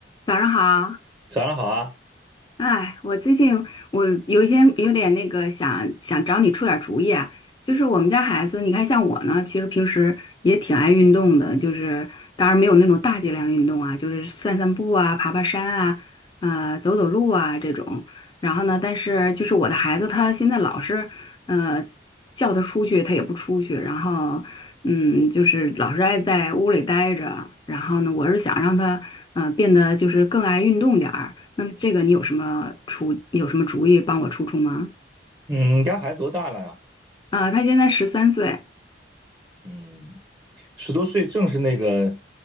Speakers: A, on the left; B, on the right.
A: 早上好，
B: 早上好啊，
A: 哎，我最近我有一些有点那个想想找你出点主意啊，就是我们家孩子，你看像我呢，其实平时也挺爱运动的，就是当然没有那种大剂量运动啊，就是散散步啊、爬爬山啊、呃走走路啊这种。然后呢，但是就是我的孩子他现在老是呃叫他出去，他也不出去，然后嗯，就是老是爱在屋里待着。然后呢，我是想让他嗯变得就是更爱运动点儿。那么这个你有什么出有什么主意帮我出出吗？
B: 嗯，你家孩子多大了呀？
A: 啊、他现在十三岁，
B: 嗯，十多岁正是那个，